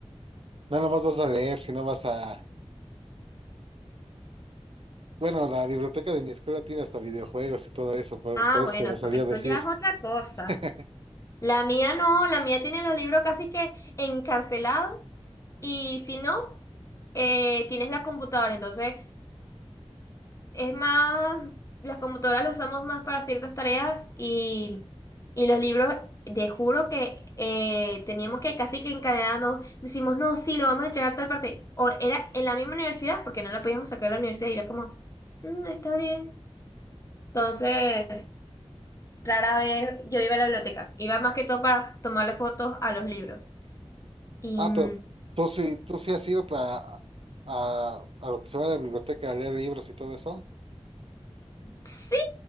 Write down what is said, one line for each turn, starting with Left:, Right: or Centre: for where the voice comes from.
Right: no nomás vas a leer, sino vas a, bueno, la biblioteca de mi escuela tiene hasta videojuegos y todo eso, por,
Left: Ah,
Right: por eso
Left: bueno,
Right: me
Left: eso,
Right: salía
Left: eso
Right: a decir.
Left: ya es otra cosa.
Right: <laughs>
Left: La mía no, la mía tiene los libros casi que encarcelados y si no, eh, tienes la computadora, entonces. Es más, las computadoras las usamos más para ciertas tareas y, y los libros, te juro que eh, teníamos que casi que encadenarnos, decimos, no, sí, lo vamos a entregar a tal parte. O era en la misma universidad, porque no la podíamos sacar de la universidad y era como, "Mm, está bien. Entonces, rara vez yo iba a la biblioteca, iba más que todo para tomarle fotos a los libros. Y,
Right: Ah,
Left: mm,
Right: pero tú sí, tú sí has ido para, a, a lo que se va a la biblioteca a leer libros y todo eso.
Left: Sí,